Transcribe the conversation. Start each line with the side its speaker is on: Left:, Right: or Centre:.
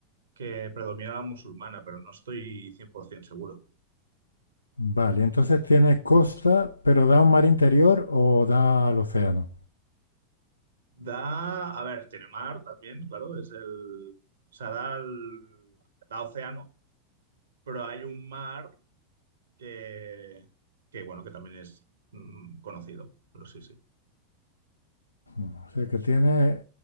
Right: que predomina la musulmana, pero no estoy 100% seguro.
Left: Vale, entonces tiene costa, pero da un mar interior o da al océano.
Right: Da, a ver, tiene mar también, claro, es el, o sea, da, el- da océano, pero hay un mar que, que bueno, que también es mm, conocido, pero sí, sí.
Left: O sea que tiene